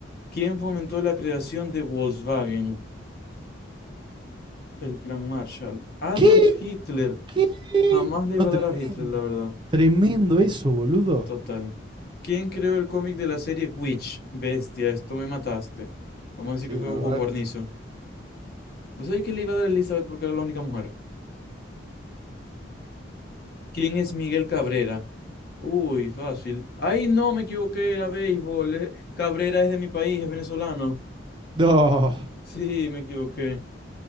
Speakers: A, on the left; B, on the right.
A: ¿Quién fomentó la creación de Volkswagen, el Plan Marshall? Adolf
B: ¿Qué?
A: Hitler.
B: ¿Qué?
A: Jamás le iba
B: No, tremendo.
A: a dar a Hitler, la verdad.
B: Tremendo eso, boludo.
A: Total. ¿Quién creó el cómic de la serie Witch? Bestia, esto me mataste. Vamos a decir
B: Sí,
A: que fue
B: la verdad.
A: Juan Guarnizo. ¿Vos sabés que le iba a dar a Elizabeth porque era la única mujer? ¿Quién es Miguel Cabrera? Uy, fácil. Ay, no, me equivoqué, era béisbol. eh. Cabrera es de mi país, es venezolano.
B: No.
A: <laughs> Sí, me equivoqué.